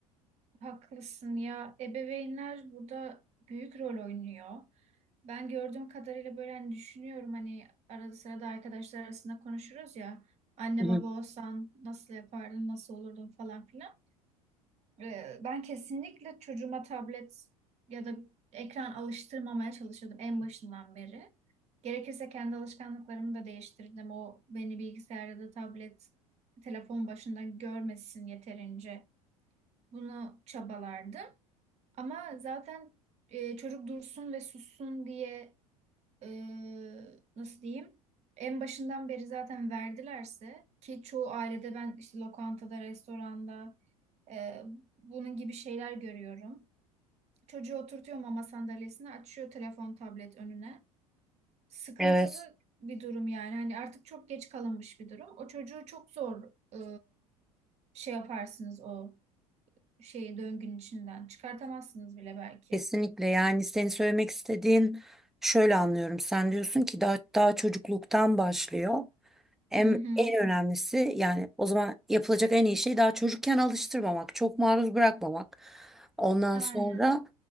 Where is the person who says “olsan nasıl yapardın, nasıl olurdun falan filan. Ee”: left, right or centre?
Right